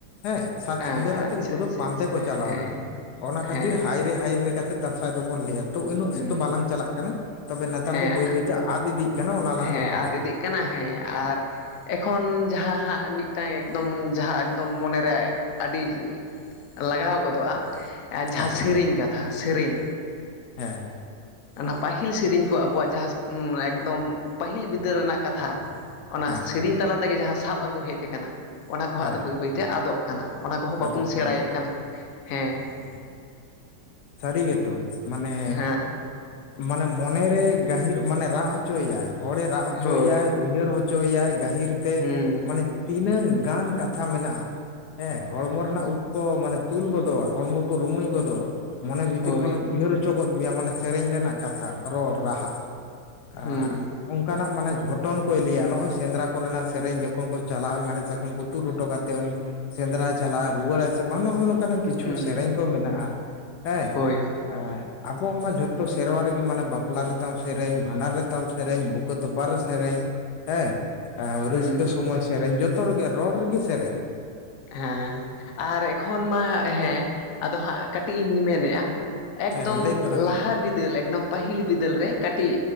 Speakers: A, on the left (about 80°); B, on the left (about 65°).
A: ᱦᱮᱸ ᱥᱟᱡᱽ
B: ᱟᱪᱪᱷᱟ
A: ᱥᱤᱝᱜᱟᱹᱨ ᱟᱛᱮ ᱩᱱᱠᱩ
B: ᱟᱪᱪᱷᱟ
A: ᱫᱚ ᱯᱟᱱᱛᱮ
B: ᱟᱪᱪᱷᱟ
A: ᱠᱚ ᱪᱟᱞᱟᱣ
B: ᱦᱮᱸ
A: ᱞᱮᱱᱟ, ᱚᱱᱟ
B: ᱦᱮᱸ
A: ᱠᱷᱟᱹᱛᱤᱨ ᱦᱟᱭ ᱨᱮ ᱦᱟᱭᱨᱮ ᱠᱟᱛᱮ ᱫᱟᱥᱟᱭ ᱫᱚᱵᱚᱱ ᱞᱮᱭᱟ ᱾ ᱛᱚ ᱤᱱᱳᱜ
B: ᱦᱩᱸ
A: ᱥᱮᱫ ᱫᱚ ᱵᱟᱞᱟᱝ ᱪᱟᱞᱟᱜ ᱠᱟᱱᱟ, ᱛᱚᱵᱮ ᱱᱮᱛᱟᱨ
B: ᱦᱮᱸ
A: ᱫᱚ ᱵᱟᱹᱭ ᱵᱟᱹᱭᱛᱮ ᱟᱫ ᱤᱫᱤᱜ ᱠᱟᱱᱟ ᱚᱱᱟ
B: ᱦᱮᱸ
A: ᱞᱟᱝ ᱨᱚᱯᱚᱲᱟ
B: ᱟᱫ ᱤᱫᱤᱜ
A: ᱾
B: ᱠᱟᱱᱟ ᱦᱮᱸ, ᱟᱨ ᱮᱠᱷᱚᱱ ᱡᱟᱦᱟᱸ ᱦᱟᱸᱜ ᱢᱤᱫᱴᱟᱝ ᱮᱠᱫᱚᱢ ᱡᱟᱦᱟᱸ ᱮᱠᱫᱚᱢ ᱢᱚᱱᱮᱨᱮ ᱟᱹᱰᱤ ᱞᱟᱜᱟᱣ ᱜᱚᱫᱚᱜ-ᱟ ᱡᱟᱦᱟᱸ
A: ᱦᱮᱸ
B: ᱥᱮᱨᱤᱧ ᱠᱟᱛᱷᱟ ᱥᱮᱨᱮᱧ
A: ᱦᱮᱸ ᱾
B: ᱚᱱᱟ ᱯᱟᱦᱤᱞ ᱥᱮᱨᱤᱧ ᱠᱚ ᱟᱵᱚᱣᱟᱜ ᱡᱟᱦᱟᱸ ᱮᱠᱫᱚᱢ ᱯᱟᱦᱤᱞ ᱵᱤᱫᱟᱹᱞ ᱨᱮᱱᱟᱜ ᱠᱟᱛᱷᱟ ᱚᱱᱟ
A: ᱦᱮᱸ
B: ᱥᱮᱨᱤᱧ ᱛᱟᱞᱟ ᱛᱮᱜᱮ ᱡᱟᱦᱟᱸ ᱥᱟᱵ ᱟᱹᱜᱩ ᱦᱮᱜ ᱠᱟᱱᱟ ᱚᱱᱟ ᱠᱚ ᱦᱟᱜ
A: ᱦᱮᱸ
B: ᱟᱫᱚ
A: ᱦᱮᱸ
B: ᱵᱟᱹᱭ ᱵᱟᱹᱭ ᱛᱮ ᱟᱫᱚᱜ ᱠᱟᱱᱟ ᱚᱱᱟ ᱠᱚᱦᱚᱸ ᱵᱟᱵᱚᱱ
A: ᱟᱫᱚᱜ
B: ᱥᱮᱬᱟᱭᱮᱫ
A: ᱦᱮᱸ
B: ᱠᱟᱱᱟ ᱾ <inaudible> ᱦᱮᱸ ᱾ <inaudible>
A: ᱥᱟᱹᱨᱤ ᱜᱮᱛᱚ ᱢᱟᱱᱮ
B: ᱦᱮᱸ
A: ᱢᱟᱱᱮ ᱢᱚᱱᱮ ᱨᱮ ᱜᱟᱹᱦᱤᱨ ᱢᱟᱱᱮ ᱨᱟᱜ ᱦᱚᱪᱚᱭᱟᱭ ᱦᱚᱲᱮ ᱨᱟᱜ ᱦᱚᱪᱚᱭᱟᱭ
B: ᱦᱳᱭ
A: ᱾ ᱩᱭᱦᱟᱹᱨ ᱦᱚᱪᱚᱭᱮᱭᱟᱭ ᱜᱟᱹᱦᱤᱨ ᱛᱮ
B: ᱦᱩᱸ
A: ᱢᱟᱱᱮ ᱛᱤᱱᱟᱹᱝ ᱜᱟᱱ ᱠᱟᱛᱷᱟ ᱢᱮᱱᱟᱜ-ᱟ ᱾ ᱦᱮᱸ ᱦᱚᱲᱢᱚ ᱨᱮᱱᱟᱜ ᱩᱵ ᱠᱚ ᱢᱟᱱᱮ ᱛᱩᱞ ᱜᱚᱫᱚᱜ-ᱟ, ᱦᱚᱲᱢᱚ ᱠᱚ ᱨᱩᱢᱩᱭ ᱜᱚᱫᱚᱜ-ᱟ ᱾ ᱢᱚᱱᱮ ᱵᱷᱤᱛᱤᱨ
B: ᱦᱳᱭ
A: ᱠᱷᱚᱱᱮᱢ ᱩᱭᱦᱟᱹᱨ ᱦᱚᱪᱚᱜᱚᱫ ᱢᱮᱭᱟ ᱢᱟᱱᱮ ᱥᱮᱨᱮᱧ ᱨᱮᱱᱟᱜ ᱠᱟᱛᱷᱟ ᱨᱚᱲ ᱨᱟᱦᱟ ᱾ ᱟᱨ
B: ᱦᱩᱸ
A: ᱚᱝᱠᱟᱱᱟᱜ ᱢᱟᱱᱮ ᱜᱷᱚᱴᱚᱱ ᱠᱚᱭ ᱞᱮᱭᱟ ᱱᱚᱜ-ᱚᱭ ᱥᱮᱸᱫᱽᱨᱟ ᱠᱚᱨᱮᱱᱟᱜ ᱥᱮᱨᱮᱧ ᱡᱚᱠᱷᱚᱱ ᱠᱚ ᱪᱟᱞᱟᱜ-ᱟ ᱢᱮᱲᱦᱮᱫ ᱥᱟᱠᱚᱢ ᱠᱚ ᱛᱩᱜ ᱦᱚᱴᱚ ᱠᱟᱛᱮᱜ ᱩᱱᱤ ᱥᱮᱸᱫᱽᱨᱟᱟᱭ ᱪᱟᱞᱟᱜ-ᱟ ᱨᱩᱣᱟᱹᱲᱟᱭ ᱥᱮ ᱵᱟᱝ ᱱᱚᱜ-ᱚᱭ ᱱᱚᱝᱠᱱᱟᱜ ᱠᱤᱪᱷᱩ
B: ᱦᱩᱸ
A: ᱥᱮᱨᱮᱧ ᱠᱚ ᱢᱮᱱᱟᱜ-ᱟ ᱾ ᱦᱮᱸ
B: ᱦᱳᱭ
A: ᱾
B: ᱦᱳᱭ
A: <inaudible> ᱟᱵᱚᱣᱟᱜ ᱢᱟ ᱡᱷᱚᱛᱚ ᱥᱮᱨᱣᱟ ᱨᱮᱜᱮ ᱢᱟᱱᱮ ᱵᱟᱯᱞᱟ ᱨᱮᱛᱟᱢ ᱥᱮᱨᱮᱧ, ᱵᱷᱟᱰᱟᱱ ᱨᱮᱛᱟᱢ ᱥᱮᱨᱮᱧ, ᱵᱩᱠᱟᱹ ᱛᱚᱯᱟ ᱨᱮ ᱥᱮᱨᱮᱧ, ᱦᱮᱸ ᱾ ᱟᱣ
B: ᱦᱩᱸ
A: ᱨᱟᱹᱥᱠᱟᱹ ᱥᱚᱢᱚᱭ ᱥᱮᱨᱮᱧ, ᱡᱚᱛᱚ ᱨᱮᱜᱮ ᱨᱚᱲ ᱨᱮᱜᱮ ᱥᱮᱨᱮᱧ ᱾
B: ᱦᱮᱸ ᱟᱨ ᱮᱠᱷᱚᱱ ᱢᱟ ᱦᱟᱜ ᱦᱮᱸ ᱟᱫᱚ ᱦᱟᱸᱜ ᱠᱟᱴᱤᱡ ᱤᱧ ᱢᱮᱱᱮᱜ-ᱟ ᱮᱠᱫᱚᱢ
A: ᱦᱮᱸ ᱞᱟᱹᱭ ᱛᱟᱞᱟᱝ
B: ᱞᱟᱦᱟ
A: ᱢᱮ
B: ᱵᱤᱫᱟᱹᱞ ᱮᱠᱫᱚᱢ ᱯᱟᱹᱦᱤᱞ ᱵᱤᱫᱟᱹᱞ ᱨᱮ ᱠᱟᱹᱴᱤᱜ